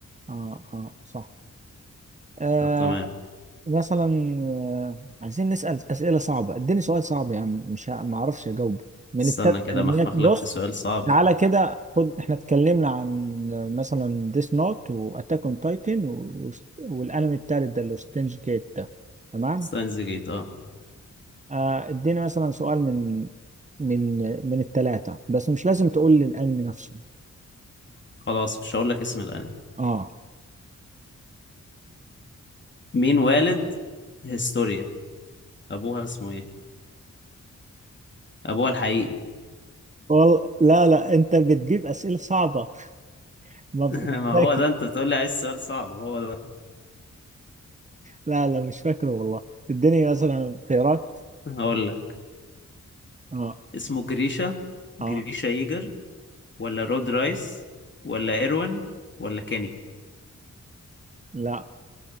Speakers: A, on the right (about 25°); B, on the left (about 35°).
A: اه اه صح آه
B: طب تمام
A: مثلا آه عايزين نسأل أسئلة صعبة اديني سؤال صعب يعني مش ه- ما اعرفش اجاوبه من
B: استنى
A: التالتة
B: كده
A: من
B: مخمخ
A: هناك بص
B: لك في سؤال صعب
A: تعالى كده خد احنا اتكلمنا عن آه، مثلا ديس نوت واتاك اون تايتن والانمي التالت ده اللي هو ستينج جيت ده تمام
B: ستاينز جيت اه
A: آه اديني مثلا سؤال من من آه، من التلاتة بس مش لازم تقول لي الانمي نفسه
B: خلاص مش هقول لك اسم الانمي
A: اه
B: مين والد هيستوريا ابوها اسمه ايه ابوها الحقيقي
A: والله لا لا انت بتجيب اسئله صعبه ما
B: <laughs>
A: ف- مش
B: ما
A: فاكر
B: هو ده انت بتقول لي عايز سؤال صعب هو ده
A: لا لا مش فاكره والله اديني مثلا خيارات
B: هقول لك
A: اه
B: اسمه جريشا جريشا
A: اه
B: ييجر ولا رود رايس ولا ايروين ولا كيني
A: لا